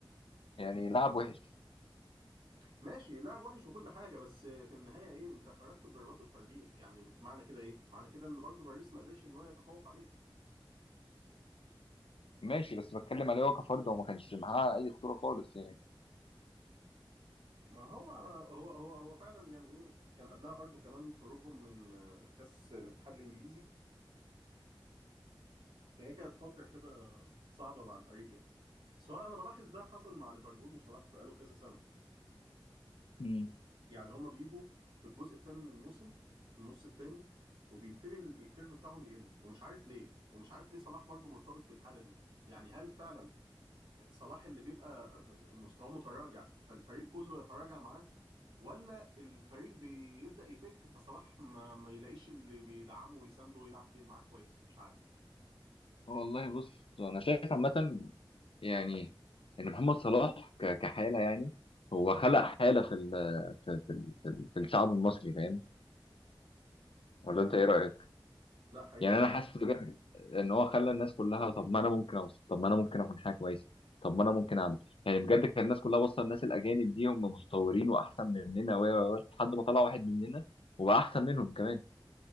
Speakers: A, on the left (about 85°); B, on the right (about 60°).
A: يعني لاعب وحش
B: ماشي لعب وحش وكل حاجه بس في النهايه ايه انت خرجت بضربات الترجيح يعني معنى كده ايه معنى كده ان برضو باريس ما قدرش ان هو يتفوق عليك
A: ماشي بس بتكلم عليه هو كفرد هو ما كانش معاه اي خطوره خالص يعني
B: ما هو هو هو هو فعلا يعني ايه كان قبلها برضو كمان خروجهم من آه، كاس الاتحاد الانجليزي هي كانت فتره كده صعبه مع الفريق يعني سواء انا بلاحظ ده حصل مع ليفربول وصلاح بقاله كذا سنه
A: مم.
B: يعني هما بيجوا في الجزء الثاني من الموسم النص الثاني وبيبتدي ال- الكيرف بتاعهم يقل ومش عارف ليه ومش عارف ليه صلاح برضو مرتبط بالحالة دي يعني هل فعلا صلاح اللي بيبقى مستواه متراجع فالفريق كله يتراجع معاه ولا الفريق بيبدأ يفك فصلاح ما, ما يلاقيش اللي بيدعمه ويسنده ويلعب بيه معاه كويس مش عارف
A: والله بص انا شايف عامه يعني ان محمد صلاح ك- كحاله يعني هو خلق حاله في ال في في, ال- في, ال- في الشعب المصري فاهم ولا
B: ده حقيقي
A: انت ايه رايك
B: لا حقيقي
A: يعني
B: فعلا
A: انا حاسس بجد ان هو خلى الناس كلها طب ما انا ممكن اوصل طب ما انا ممكن اكون حاجه كويسه طب ما انا ممكن اعمل يعني بجد كان الناس كلها باصه الناس الاجانب دي هم متطورين واحسن مننا و و- و- لحد ما طلع واحد مننا وبقى احسن منهم كمان